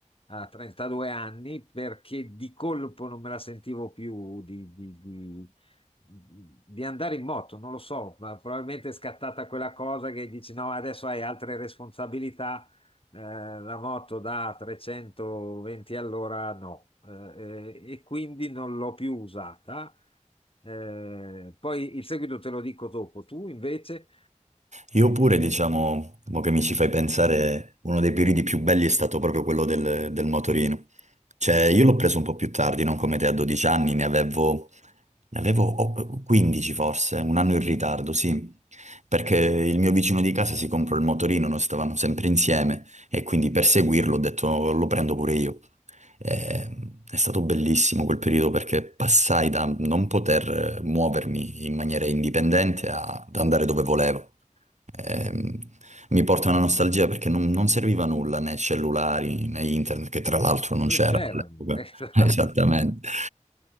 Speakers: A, on the left (about 45°); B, on the right (about 65°).
A: a 32 anni, perché di colpo non me la sentivo più di, di- di- di andare in moto, non lo so, ma probabilmente è scattata quella cosa che dici no, adesso hai altre responsabilità, eh, la moto da 320 all'ora no, eh, e quindi non l'ho più usata. Eh, poi il seguito te lo dico dopo. Tu invece
B: Io pure, diciamo, mo che mi ci fai pensare, uno dei periodi più belli è stato proprio quello del, del motorino. Cioè, io l'ho preso un po' più tardi, non come te a 12 anni, ne avevo, ne avevo oh, 15 forse, un anno in ritardo, sì. Perché il mio vicino di casa si comprò il motorino, noi stavamo sempre insieme e quindi per seguirlo ho detto lo prendo pure io. Eh, È stato bellissimo quel periodo perché passai da non poter eh, muovermi in maniera indipendente a- ad andare dove volevo ehm, mi porta una nostalgia perché non, non serviva nulla né cellulari né internet, che tra l'altro non
A: non
B: c'erano
A: c'era.
B: all'epoca.
A: <laughs> Esatto.
B: <laughs> Esattamente.